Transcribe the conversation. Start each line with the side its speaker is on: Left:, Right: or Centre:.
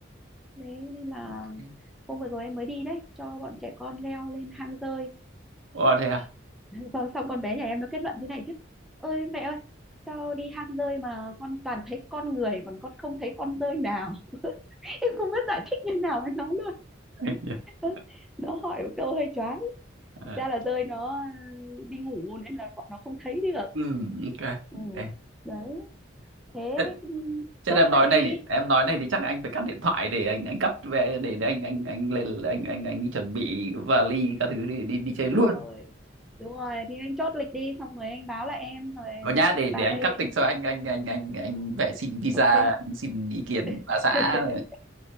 Centre: thế nên là
Right: ok
Centre: hôm vừa rồi em mới đi đấy cho bọn trẻ con leo lên hang rơi
Right: wow thế à
Centre: xong, xong con bé nhà em nó kết luận thế này chứ ơi mẹ ơi sao đi hang rơi mà con toàn thấy con người còn con không thấy con rơi nào <laughs> em không biết giải thích như nào với nó luôn
Right: <laughs>
Centre: <laughs> nó hỏi một câu hơi choáng
Right: Ờ,
Centre: thực ra là rơi nó ừ, đi ngủ nên là bọn nó không thấy được
Right: ừ ok
Centre: ừ
Right: ok
Centre: đấy thế
Right: Thế-
Centre: ừ,
Right: Thế
Centre: chốt
Right: em nói
Centre: vậy đi
Right: này thì em nói này thì chắc anh phải cắt điện thoại để anh anh cắt về để, để anh anh anh lên anh anh anh chuẩn bị vali các thứ đi đi đi chơi
Centre: đúng
Right: luôn
Centre: rồi đúng rồi thì anh chốt lịch đi xong rồi anh báo lại em rồi
Right: và nhá
Centre: ờ,
Right: để để
Centre: vào
Right: anh
Centre: đây
Right: cắt tịch sau anh anh anh anh anh phải xin visa
Centre: ok
Right: anh xin ý kiến
Centre: <laughs>
Right: bà xã